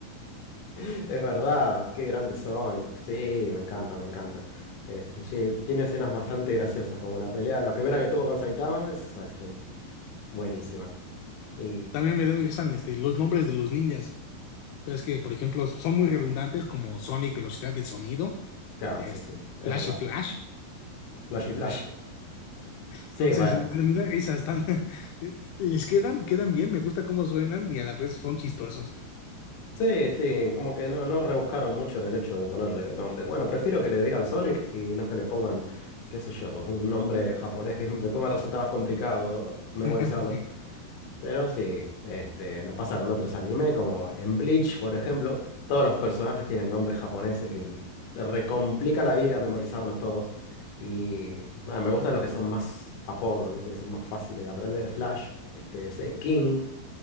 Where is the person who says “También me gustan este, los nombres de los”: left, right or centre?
Left